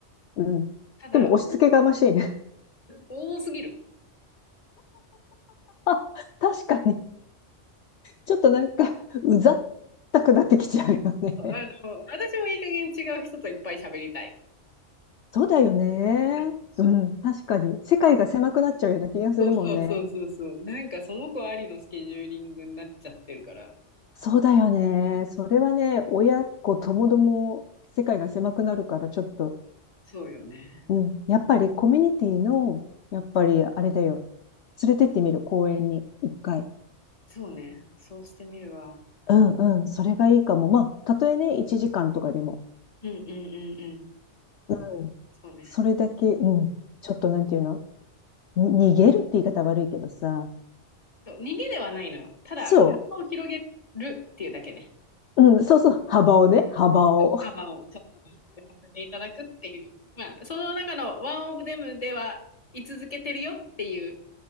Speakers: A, on the left; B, on the left.
A: うん。
B: ただ、
A: でも押し付けがましいね。
B: 多すぎる。
A: <laughs> 確かに。ちょっとなんか、うざったくなってきちゃうよね。
B: あの、私もいい加減違う人といっぱい喋りたい。
A: そうだよね。
B: <laughs> そ
A: うん。確かに。世界が狭くなっちゃうような気がするもんね。
B: うそうそうそうそう。なんかその子ありのスケジューリングになっちゃってるから。
A: そうだよね。それはね、親子ともども世界が狭くなるからちょっと、
B: そうよね。
A: うん。やっぱりコミュニティの、やっぱりあれだよ。連れてってみる、公園に、一回。
B: そうね。そうしてみるわ。
A: うんうん。それがいいかも。まあ、たとえね、1時間とかでも。
B: うんうんうんうん。
A: うん。
B: そうね。
A: それだけ、うん。ちょっとなんていうのに逃げるって言い方悪いけどさ。
B: そう逃げではないのよ。ただ、
A: そ
B: 幅を広げるっていうだけね。
A: う。うん、そうそう。幅をね、幅を。
B: 幅をちょっと広げさせていただくっていう。まあ、その中のワンオブデムでは居続けてるよっていう